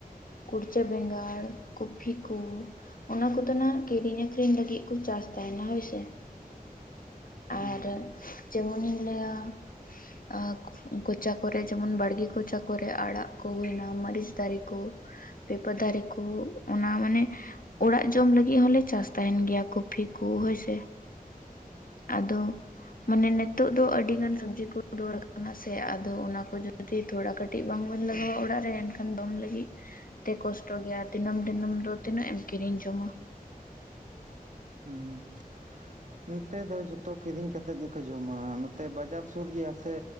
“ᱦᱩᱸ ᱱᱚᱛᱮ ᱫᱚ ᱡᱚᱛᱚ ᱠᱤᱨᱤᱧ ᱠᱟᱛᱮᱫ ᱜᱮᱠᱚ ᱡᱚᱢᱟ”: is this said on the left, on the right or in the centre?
Right